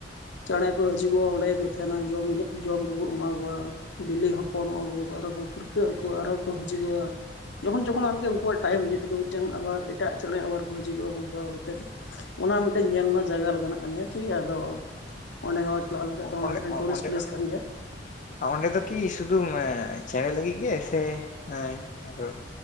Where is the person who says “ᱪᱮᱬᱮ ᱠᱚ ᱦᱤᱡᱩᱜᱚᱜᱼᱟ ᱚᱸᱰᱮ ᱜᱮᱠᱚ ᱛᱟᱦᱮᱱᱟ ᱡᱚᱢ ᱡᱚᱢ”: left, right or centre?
Left